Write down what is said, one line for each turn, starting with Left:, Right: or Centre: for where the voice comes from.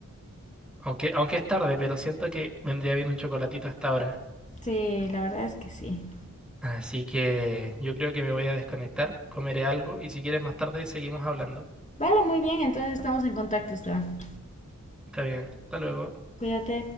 Centre: Aunque, aunque es tarde, pero siento que vendría bien un chocolatito hasta ahora.
Left: Sí, la verdad es que sí.
Centre: Así que yo creo que me voy a desconectar, comeré algo y si quieres más tarde seguimos hablando.
Left: Vale, muy bien, entonces estamos en contacto, Esteban.
Centre: Está bien, hasta luego.
Left: Cuídate.